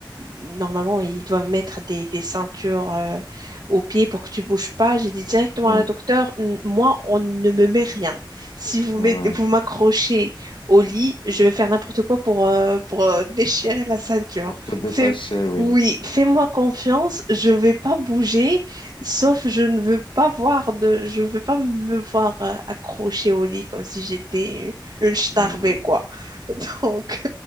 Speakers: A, on the right (about 55°); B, on the left (about 80°).
A: normalement, ils doivent mettre des, des ceintures euh, aux pieds pour que tu bouges pas. J'ai dit directement
B: mm,
A: à la docteure, N- moi, on ne me met rien. Si vous
B: ouais.
A: mettez- vous m'accrochez au lit, je vais faire n'importe quoi pour, euh, pour euh, déchirer la ceinture.
B: Pour te détacher,
A: Fais-
B: oui.
A: oui, fais-moi confiance, je vais pas bouger, sauf je ne veux pas voir de, je veux pas me voir euh, accrochée au lit comme si j'étais une, une starbée,
B: Mm.
A: quoi. <laughs> Donc,